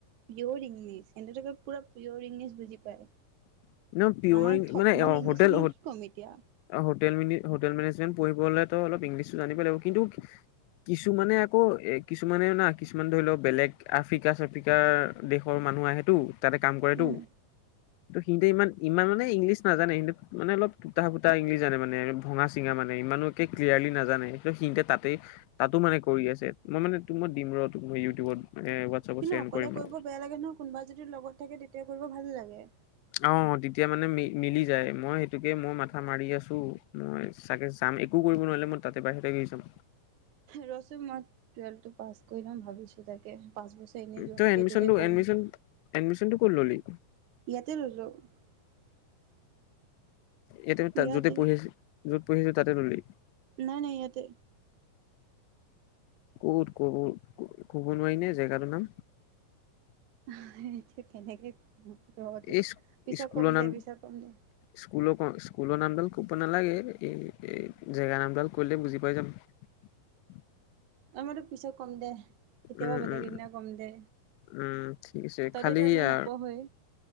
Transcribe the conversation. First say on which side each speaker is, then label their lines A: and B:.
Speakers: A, on the right; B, on the left.
A: পিয়ৰ ইংলিছ সিহতোকে পুৰা পিয়ৰ ইংলিছ বুজি পায়।
B: ন পিয়ৰ
A: আমাৰ থকমক
B: মানে অ
A: ইংলিছত
B: হোটেল
A: মই কি ক'ম এতিয়া
B: হোটেল মিনি হোটেল মেনেজমেণ্ট পঢ়িবলেতো অলপ ইংলিছো জানিবই লাগিব কিন্তু কিছুমানে আকৌ এ কিছুমানেও না কিছুমানে ধৰি লওক বেলেগ আফ্ৰিকা চাফ্ৰিকাৰ দেশৰ মা মানুহ আহেটো তাতে কাম কৰেটো
A: উম
B: সিহঁতে ইমান-ইমান মানে ইংলিছ নাজানে সিহঁতে মানে অলপ তুটা ফুটা ইংলিছ জানে মানে ভঙা চিঙা মানে ইমানো ক্লিয়াৰলি নাজানে সিহঁতে তাতে, তাতো মানে কৰি আছে মই মানে তোৰ মই দিম ৰ' তোক মই ইউটিউবত এ হোৱাটছএপত
A: কিন্তু
B: চেণ্ড
A: অকলে
B: কৰিম
A: কৰিব
B: ৰ
A: বেয়া লাগে নহয় কোনোবা যদি লগত থাকে তেতিয়া কৰিব ভাল লাগে।
B: অ', তেতিয়া মানে ম মিলি যায় মই সেইটোকে মই মাথা মাৰি আছোঁ মই চাগে যাম একো কৰিব নোৱাৰিলে মই তাতে বাহিৰতে গুছি যাম।
A: ৰ'চোন মই টুৱেলভটো পাছ কৰি লও ভাবিছোঁ তাকে, পাঁচ বছৰ এনেই যোৱাতকে
B: তই এডমিচনটো
A: এইটোতে কৰোঁ
B: এডমিচন
A: নেকি।
B: উম, এডমিচনটো ক'ত ললি?
A: <unintelligible>
B: এ তুমি তাত
A: ইয়াতে
B: যোতে পঢ়িআছি যত পঢ়ি আছিলি তাতে ললি।
A: নাই নাই ইয়াতে
B: কত কত ক'ব নোৱাৰি নে জেগাৰ নাম।
A: সেইটো কেনেকে ৰ তোক
B: এই
A: পিছত
B: স্কুলৰ
A: কম
B: নাম
A: দে পিছত কম দে।
B: স্কুলৰ স্কুলৰ নামডাল ক'ব নালাগে এ জেগা নামডাল কলে বুজি পাই যাম। <unintelligible>
A: এই মই তোক পিছত কম দে কেতিয়াবা
B: উম
A: বেলেগ
B: উম
A: এদিনা কম দে।
B: উম ঠিক আছে
A: তইতো
B: খালি
A: এতিয়া
B: সেয়া
A: এনেও নপঢ়ই